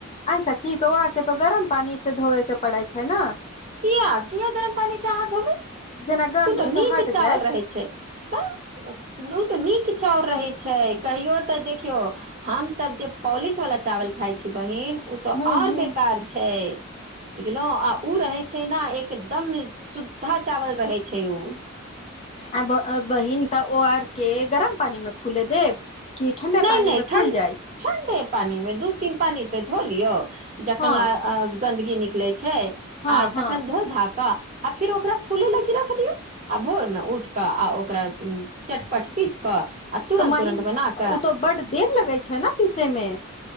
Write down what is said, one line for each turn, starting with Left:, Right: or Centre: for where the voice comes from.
Left: ऐसा की तो आके तो गरम पानी से धोएके। पड़ै छै ने?
Right: किया- किया गरम पानी से हा धोबै?
Left: जेना गन्ध
Right: ओ तो
Left: उन्ध
Right: नीक
Left: हट
Right: चावल
Left: जायत
Right: रहै छै, ओ तऽ नीक कि चाउर रहै छै, कहियो तऽ देखियौ हमस जे पॉलिश वालला चावल खाइ छी, बहिन! ओ तऽ
Left: हूँ
Right: आओर
Left: हूँ
Right: बेकार छै। बुझलहु, आ ओ रहै छै। छै ने एकदम सुद्धा चावल रहै छै। अ छैौ।
Left: आ बहिन तऽ ओ आर! के गरम पानि मे फुले देब? कि ठण्डे
Right: नहि
Left: पानी
Right: -नहि
Left: मे
Right: ठणड
Left: फूल जायत
Right: ठण्डे। पानी मे दू तीन पानी से धो लियौ। जखन
Left: हँ
Right: ल अ गन्दगी निकलै छै। छै
Left: हँ
Right: आ तखन
Left: हँ
Right: धो धाका! आ फेर ओकरा फूले लागी रख दियौ, आ भोर मे उठ कऽ आ ओकरा चटपट पीस कऽ! अतूर
Left: तऽ
Right: अतुरर
Left: महीन
Right: अ ब ने।
Left: ओ तऽ बड देर लगै छै। छै ने पीसे मे।